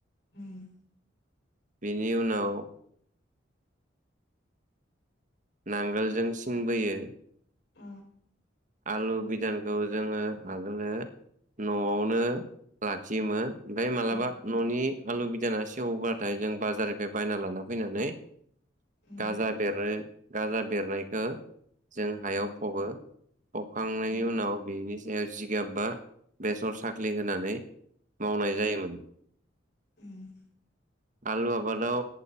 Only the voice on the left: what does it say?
उ-
अ
उम
उम
उम
उम
उ-